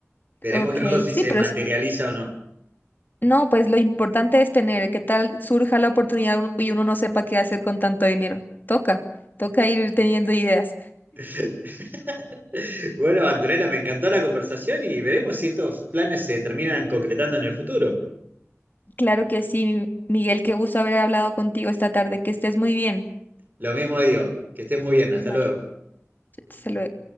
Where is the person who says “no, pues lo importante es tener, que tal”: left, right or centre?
Left